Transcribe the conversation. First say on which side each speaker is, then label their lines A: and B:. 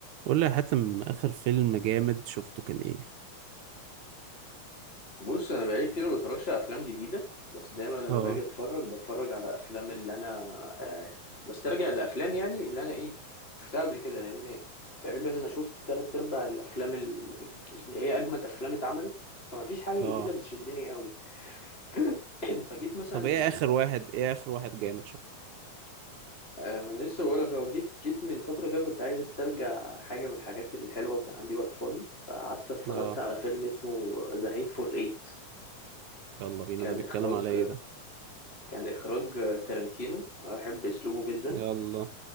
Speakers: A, on the right; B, on the left.
A: قول لي يا حاتم اخر فيلم جامد شفته كان ايه
B: بص انا بقالي كتير ما بتفرجش على افلام جديده بس دايما لما
A: اه
B: باجي اتفرج بتفرج على افلام اللي انا آه، بسترجع الافلام يعني اللي انا ايه شفتها قبل كده لان تقريبا انا شفت تلات ارباع الافلام ال- اللي هي اجمد افلام اتعملت فما فيش حاجه
A: اه
B: جديده بتشدني قوي <coughs> <clears throat> فجيت مثلا
A: طب
B: من
A: ايه اخر واحد ايه اخر واحد جامد شفته
B: آه، ما انا لسه بقول لك اهو جيت جيت من فتره كده كنت عايز استرجع حاجه من الحاجات الحلوه وكان عندي وقت فاضي فقعدت اتفرجت
A: اه
B: على فيلم اسمه ذا هيت فور ايت
A: يلا بينا
B: كان
A: ده بيتكلم
B: اخراج
A: على ايه ده
B: كان إخراج آه، تارنتينو أحب أسلوبه جدا
A: يلا